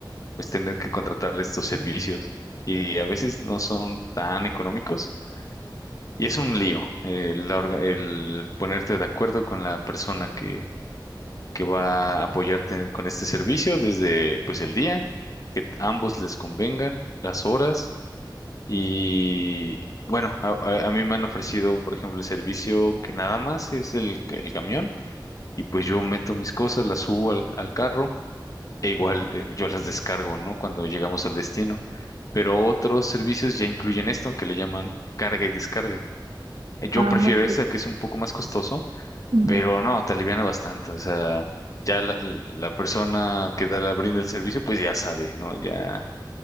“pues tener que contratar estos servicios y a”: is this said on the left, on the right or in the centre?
Left